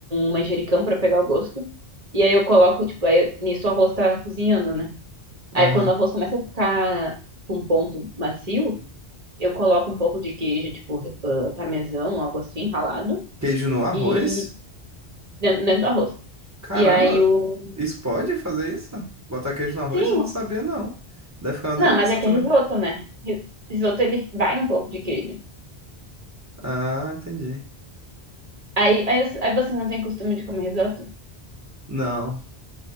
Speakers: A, on the right; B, on the right.
A: manjericão pra pegar o gosto. E aí eu coloco, tipo, aí nisso o arroz tá cozinhando, né?
B: Aham.
A: Aí quando o arroz começa a ficar com um ponto macio, eu coloco um pouco de queijo, tipo, ah, parmesão, algo assim, ralado,
B: Queijo no arroz?
A: e dentro, dentro do arroz.
B: Caramba,
A: E aí o.
B: isso pode fazer isso? Botar queijo no arroz?
A: Sim,
B: Eu não sabia, não. Deve ficar uma
A: não,
B: delícia
A: mas é que
B: também.
A: é risoto, né? Ri- Risoto ele vai um pouco de queijo.
B: Ah, entendi.
A: Aí, aí, você- aí você não tem costume de comer risoto?
B: Não,